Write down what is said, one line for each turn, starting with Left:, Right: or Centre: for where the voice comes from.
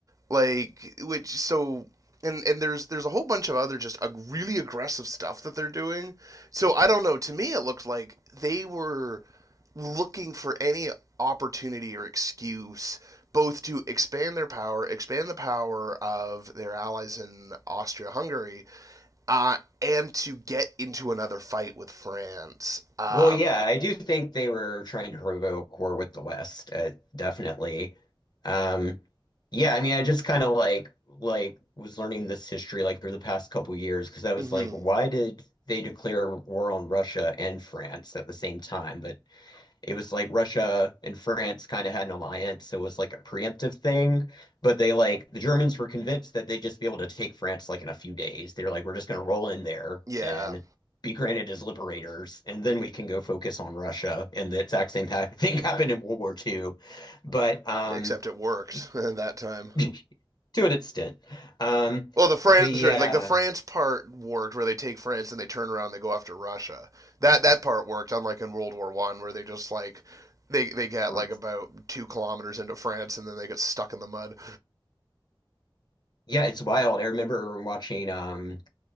Right: like which so. And, and there's there's a whole bunch of other just uh, really aggressive stuff that they're doing. So I don't know. To me, it looked like they were looking for any opportunity or excuse both to expand their power, expand the power of their allies in Austria Hungary, uh, and to get into another fight with France. Um,
Left: Well, yeah, I do think they were trying to provoke war with the West, uh, definitely. Um, yeah, I mean, I just kind of like like was learning this history like through the past couple years because I was
Right: mhm,
Left: like, why did they declare war on Russia and France at the same time? But it was like Russia and France kind of had an alliance, so it was like a preemptive thing. But they like the Germans were convinced that they'd just be able to take France like in a few days. They were like, we're just gonna roll in there
Right: yeah,
Left: and be granted as liberators, and then we can go focus on Russia. And the exact same thing <laughs> happened in World War Two, but um,
Right: except it worked
Left: <clears throat>
Right: <laughs> that time.
Left: <laughs> to an extent. Um,
Right: Well, the France,
Left: but yeah,
Right: sure, like the France part worked, where they take France and they turn around, and they go after Russia. That that part worked, unlike in World War One, where they just like they they get
Left: we're
Right: like about two kilometers into France and then they get stuck in the mud.
Left: yeah, it's wild. I remember watching um